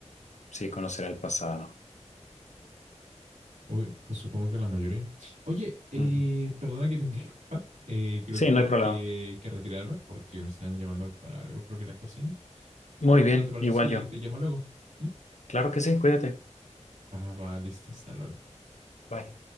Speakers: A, on the left; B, on the right.
A: Sí, conocer el pasado.
B: uy, pues supongo que la mayoría. Oye, eh,
A: Ujú.
B: perdona que te <laughs> interrumpa. Eh, creo
A: Sí,
B: que tengo
A: no hay problema.
B: que, que retirarme porque me están llamando para algo, creo que la cocina.
A: Muy
B: Eh,
A: bien,
B: pero ¿te parece
A: igual
B: si
A: yo.
B: te llamo luego? ¿Mm?
A: Claro que sí, cuídate.
B: Ah, va, listo, hasta luego.
A: Bye.